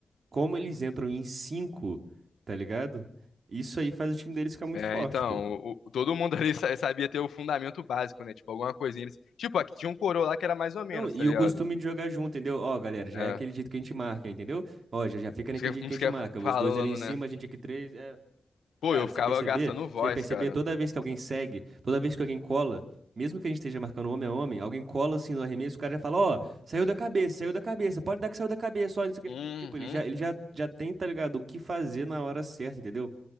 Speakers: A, on the right; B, on the left.
A: como eles entram em cinco, tá ligado? Isso aí faz o time deles ficar muito
B: É,
A: forte,
B: então,
A: pô.
B: o- o- todo mundo <laughs> ali sa- sabia ter o fundamento básico, né? Tipo, alguma coisinha. Eles... Tipo, aqui tinha um coroa lá que era mais ou menos,
A: Não, e
B: tá ligado?
A: o costume de jogar junto, entendeu? Ó, galera, já
B: É.
A: é aquele jeito que a gente marca, entendeu? Ó, já, já fica
B: Isso
A: naquele
B: é-
A: jeito
B: Como
A: que
B: você
A: a gente
B: quer
A: marca.
B: falando,
A: Os dois ali em cima,
B: né?
A: a gente aqui três. É...
B: Pô,
A: Cara,
B: eu ficava
A: você perceber,
B: gastando voz,
A: você perceber
B: cara.
A: toda vez que alguém segue, toda vez que alguém cola, mesmo que a gente esteja marcando homem a homem, alguém cola assim no arremesso, o cara já fala, ó, saiu da cabeça, saiu da cabeça, pode dar que saiu da cabeça, ó, não sei o
B: Uhum.
A: quê. Tipo, ele já, ele já, já tem, tá ligado, o que fazer na hora certa, entendeu?